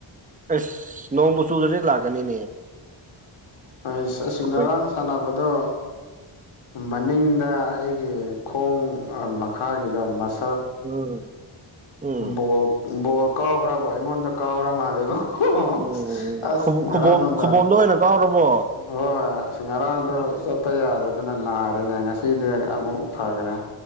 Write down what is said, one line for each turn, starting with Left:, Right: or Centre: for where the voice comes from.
Right: ꯑꯁ ꯅꯣꯡꯕꯨ ꯆꯨꯗ꯭ꯔꯗꯤ ꯂꯥꯛꯀꯅꯤꯅꯦ
Left: ꯑꯁ ꯑꯁꯤ
Right: ꯑꯩꯈꯣꯏ
Left: ꯉꯔꯥꯡ ꯁꯥꯟꯅꯕꯗꯣ ꯃꯅꯤꯡꯗ ꯑꯩꯒꯤ ꯈꯣꯡ ꯃꯈꯥꯒꯤꯗ ꯃꯁ
Right: ꯎꯝ ꯎꯝ
Left: ꯕꯣꯜ ꯕꯣꯜ ꯀꯥꯎꯕ꯭ꯔꯕ ꯑꯩꯉꯣꯟꯗ ꯀꯥꯎꯔ ꯃꯥꯜꯂꯦꯕ ꯑꯣ
Right: ꯎꯝ
Left: ꯑꯁ ꯉꯔꯥꯡ
Right: ꯈꯨꯕꯣꯝ
Left: ꯅꯨꯡꯗꯥꯡ
Right: ꯈꯨꯕꯣꯝꯗ ꯀꯥꯎꯔꯕꯣ
Left: ꯍꯣꯏ ꯑꯁ ꯉꯔꯥꯡꯗꯣ
Right: ꯑꯁ
Left: ꯆꯠꯄ ꯌꯥꯗꯗꯅ ꯅꯥꯔꯦꯅꯦ ꯉꯁꯤꯗꯤ ꯑꯃꯨꯛ ꯐꯈ꯭ꯔꯦ